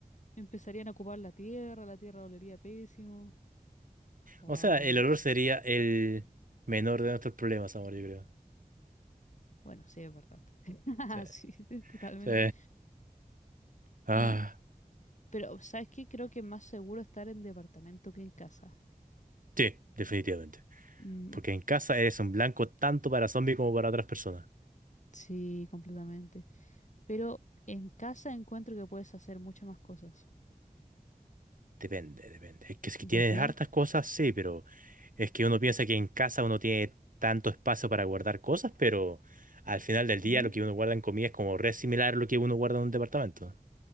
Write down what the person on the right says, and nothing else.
O sea, el olor sería el menor de nuestros problemas, amor, yo creo.
Sí.
Sí. Ah,
sí, definitivamente.
Porque en casa eres un blanco tanto para zombies como para otras personas.
Depende, depende. Es que si
tienes
hartas cosas, sí, pero es que uno piensa que en casa uno tiene tanto espacio para guardar cosas, pero al final del
día lo que uno guarda en comida es como re similar a lo que uno guarda en un departamento.